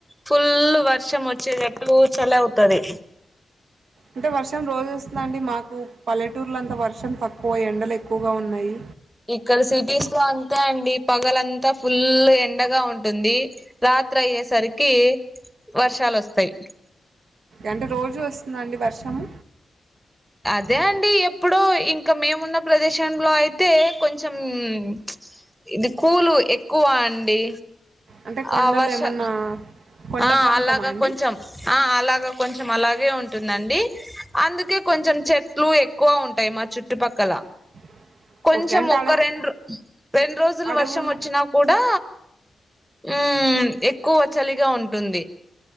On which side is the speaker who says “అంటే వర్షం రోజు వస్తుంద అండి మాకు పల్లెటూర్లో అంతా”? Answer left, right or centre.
Right